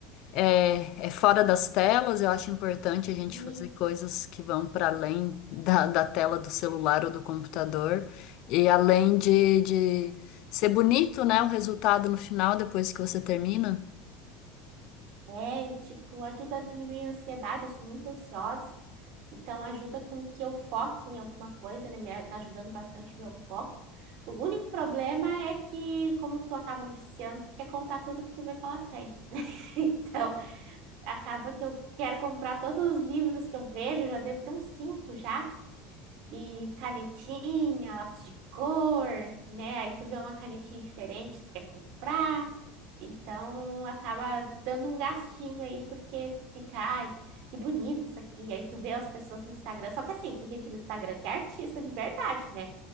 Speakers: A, on the left; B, on the right.
A: é, é fora das telas. Eu acho importante a gente
B: Isso.
A: fazer coisas que vão para além da, da tela do celular ou do computador. E além de, de ser bonito, né? O resultado no final, depois que você termina.
B: É, e tipo, ajuda a diminuir a ansiedade, eu sou muito ansiosa. Então, ajuda com que eu foque em alguma coisa, né? Me a- ajudando bastante o meu foco. O único problema é que, como tu acaba viciando, tu quer comprar tudo que tu vê pela frente, né? <laughs> Então, acaba que eu quero comprar todos os livros que eu vejo, eu já devo ter uns cinco já, e canetinha, lápis de cor, né? Aí tu vê uma canetinha diferente, tu quer comprar. Então acaba dando um gastinho aí, porque tu fica, ai, que bonito isso aqui. Aí tu vê as pessoas no Instagram. Só que assim, tem gente no Instagram que é artista de verdade, né?